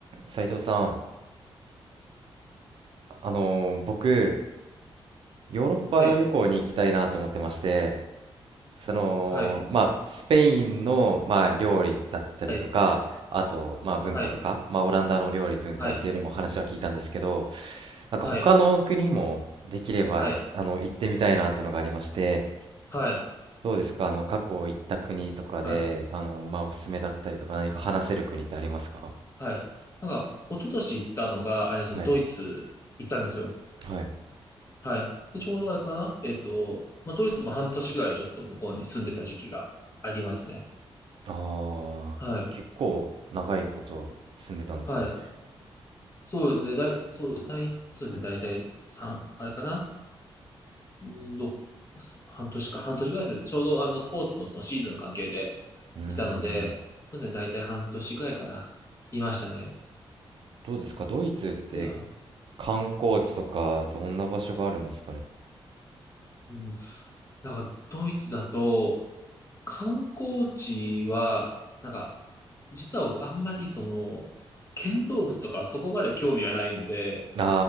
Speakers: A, on the right; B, on the left.
A: 斉藤さん、あのー僕、ヨーロッパ旅行に行きたいなと思ってまして、
B: はい、
A: その、
B: はい、
A: まあ、スペインの、まあ、料理だったりとか、
B: はい、
A: あと、まあ、文化とか、
B: はい、
A: まあ、オランダの料理文化っていうのも話は聞いたんですけど、
B: はい、
A: なんか他の国もできれば、
B: はい、はい、
A: あの、行ってみたいなっていうのがありまして、
B: はい、
A: どうですか、あの、過去行った国とかで、
B: はい、
A: あの、まあ、おすすめだったりとか、何か話せる国ってありますか
B: うんはい。なんか、一昨年行ったのが、あれですよ、
A: はい。
B: ドイツ行ったんですよ。
A: はい。
B: はい。で、ちょうどあれかなえっと、まあ、ドイツも半年ぐらいちょっと向こうに住んでた時期がありますね。
A: ああ、
B: はい、
A: 結構長いこと住んでたんですね。
B: はい。そうですね、だい、そう、だい、そうですね、だいたい3、あれかなうん、ろ半年か、半年ぐらいですね。ちょうどあの、スポーツのそのシーズン関係で
A: うーん、
B: いたので、そうですね、だいたい半年ぐらいかな。いましたね。
A: どうですか、ドイツって
B: いや、
A: 観光地とかどんな場所があるんですかね。
B: うん、なんかドイツだと観光地は、なんか実は僕あんまりその建造物とかそこまで興味がないので、
A: あ